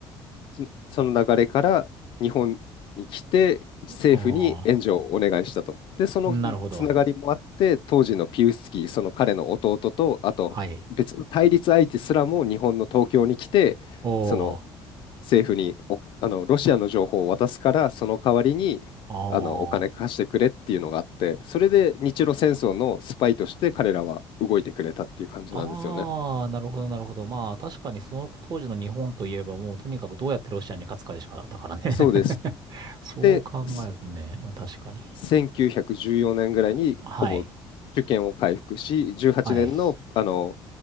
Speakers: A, on the left (about 60°); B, on the right (about 45°).
A: そその流れから日本に来て、政府に援助をお願いしたと。
B: あ、あ
A: で、そのつながりもあって、
B: あ、なるほど。
A: 当時のピウスキー、その彼の弟と、あと別の対立相手すらも日本の東京に来て、
B: はい。おー、
A: その政府におあのロシアの情報を渡すからその代わりにあのお金貸してくれっていうのがあってそれで日露戦争のスパイとして彼らは動いてくれたっていう感じなんですよね。
B: ああ。ああ、なるほど、なるほど。まあ、確かにその当時の日本といえば、もうとにかくどうやってロシアに勝つかでしかだったからね。
A: そうです
B: <laughs> そう考えるとね、
A: です
B: うん確かに。
A: 1914年ぐらいにほぼ主権を回復し18年の、
B: はい。はい。
A: あの